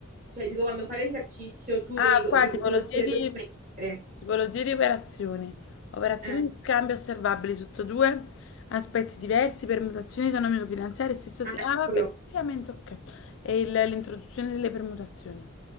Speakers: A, on the right (about 40°); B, on the left (about 65°).
A: cioè tipo quando fai l'esercizio tu
B: Ah,
A: devi co-
B: qua
A: riconoscere
B: tipologie di,
A: dove mettere.
B: tipologie di operazioni. Operazioni
A: Eh,
B: di scambio osservabili sotto due aspetti diversi, permutazioni economico-finanziarie, stesso...
A: ah,
B: si- Ah,
A: eccolo.
B: vabbè, praticamente ok. E il- l'introduzione delle permutazioni.